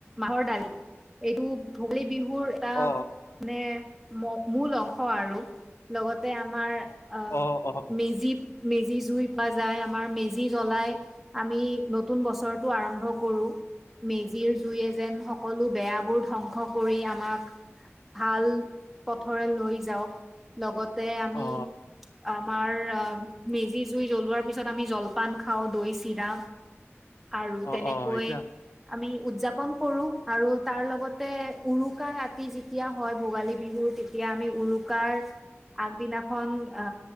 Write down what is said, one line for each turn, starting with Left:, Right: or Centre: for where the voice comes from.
Centre: মাহৰ দালি এইটো ভোগালী বিহুৰ এটা
Left: অ
Centre: মানে ম-মূল অংশ আৰু লগতে আমাৰ আঁ,
Left: অ অ অ
Centre: মেজি মেজি জুই পা যাই আমাৰ মেজি জ্বলাই। আমি নতুন বছৰটো আৰম্ভ কৰো। মেজিৰ জুইয়ে যেন সকলো বেয়াবোৰ ধ্বংস কৰি আমাক ভাল পথৰে লৈ যাওক। লগত যে আমি
Left: অ
Centre: আমাৰ, অঁ মেজিৰ জুই জ্বলোৱাৰ পিছত আমি জলপান খাওঁ। দৈ, চিৰা আৰু
Left: অ
Centre: তেনেকৈ
Left: অ এতিয়া
Centre: আমি উদ্‌যাপন কৰো আৰু তাৰ লগতে উৰুকা ৰাতি যেতিয়া হ'য়, ভোগালী বিহু তে- তিয়া আমি উৰুকাৰ আগদিনাখন আ